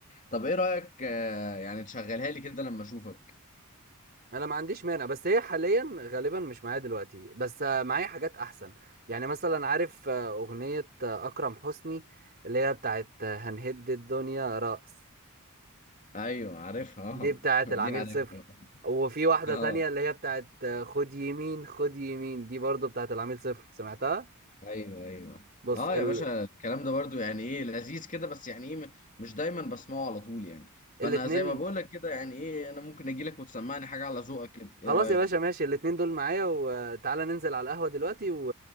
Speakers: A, on the left; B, on the right.
A: طب ايه رايك آه يعني تشغلها لي كده لما اشوفك
B: انا ما عنديش مانع بس هي حاليا غالبا مش معايا دلوقتي بس آه، معايا حاجات احسن يعني مثلا عارف آه، اغنيه آه، اكرم حسني اللي هي بتاعت آه، هنهد الدنيا رأس
A: ايوه عارفها
B: دي
A: اه
B: بتاعت
A: <laughs>
B: العميل
A: دي عارفها
B: صفر وفي واحدة
A: اه
B: تانية اللي هي بتاعت آه، خد يمين خد يمين دي برضو بتاعت العميل صفر سمعتها
A: ايوه ايوه
B: بص
A: اه
B: ال...
A: يا باشا الكلام ده برضو يعني ايه لذيذ كده بس يعني ايه م- مش دايما بسمعه على طول يعني
B: الاتنين
A: فانا زي ما بقول لك كده يعني ايه انا ممكن اجي لك وتسمعني حاجه على ذوقك كده ايه
B: خلاص
A: رايك
B: يا باشا ماشي الاتنين دول معايا وتعالى ننزل على القهوة دلوقتي و...